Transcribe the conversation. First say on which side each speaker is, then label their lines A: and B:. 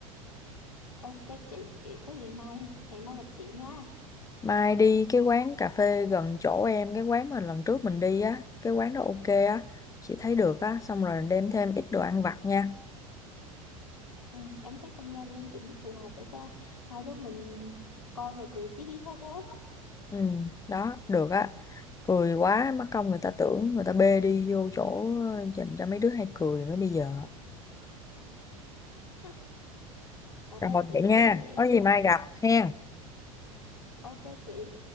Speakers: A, on the left (about 85°); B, on the left (about 20°).
A: ok chị vậy có gì mai hẹn mai gặp chị nha
B: Mai đi cái quán cà phê gần chỗ em, cái quán mà lần trước mình đi á. Cái quán đó ok á. Chị thấy được á. Xong rồi đem thêm ít đồ ăn vặt nha.
A: Ừ, em thấy không gian yên tĩnh phù hợp để cho hai đứa mình coi và cười hí hí hô hố đó.
B: Ừ, đó, được á. Cười quá, mắc công người ta tưởng người ta bê đi vô chỗ dành cho mấy đứa hay cười nữa bây giờ.
A: <laughs> Là
B: Rồi,
A: bê chị
B: vậy nha.
A: không phải bê em
B: Có gì
A: ha.
B: mai gặp. ha
A: Ok chị.